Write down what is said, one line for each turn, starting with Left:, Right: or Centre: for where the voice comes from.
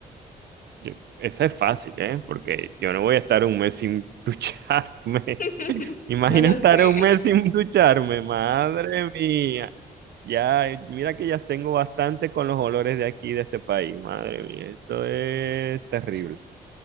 Right: yo- eso es fácil, ¿eh? Porque yo no voy a estar un mes sin <laughs> ducharme.
Left: <laughs>
Right: Imagina
Left: No lo
Right: estar
Left: sé,
Right: un mes sin ducharme, madre mía. Ya, mira que ya tengo bastante con los olores de aquí, de este país, madre mía. Esto es terrible.